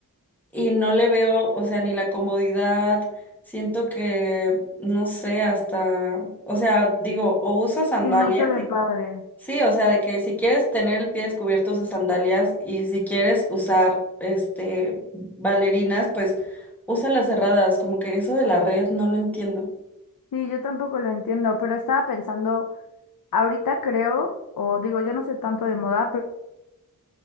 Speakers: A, in the centre; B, on the left (about 65°).
A: y no le veo, o sea, ni la comodidad, siento que, no sé, hasta, o sea, digo, o usas sandalias
B: Sí, no se ve
A: y
B: padre.
A: sí, o sea, de que si quieres tener el pie descubierto usas sandalias y si quieres usar, este, bailarinas, pues usa las cerradas, como que eso de la red no lo entiendo.
B: Sí, yo tampoco lo entiendo, pero estaba pensando Ahorita creo, o digo, yo no sé tanto de moda, pero